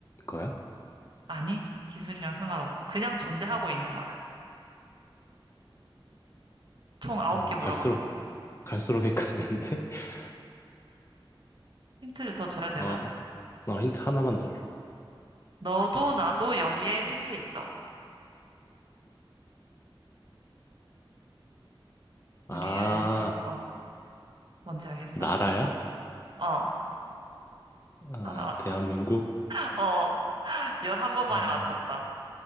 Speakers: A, on the left (about 30°); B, on the right (about 60°).
A: 거야?
B: 아니, 기술이랑 상관없고, 그냥 존재하고 있는 거야. 총 9개
A: 어,
B: 물어봤어.
A: 갈수록 갈수록 헷갈리는데? <laughs>
B: 힌트를 더 줘야 되나?
A: 어, 어, 힌트 하나만 더 줘.
B: 너도 나도 여기에 속해 있어. 우리의,
A: 아,
B: 어, 뭔지 알겠어?
A: 나라야?
B: 어,
A: 아,
B: 다 나왔다.
A: 대한민국?
B: <laughs> 어, 11번 만에
A: 아,
B: 맞췄다.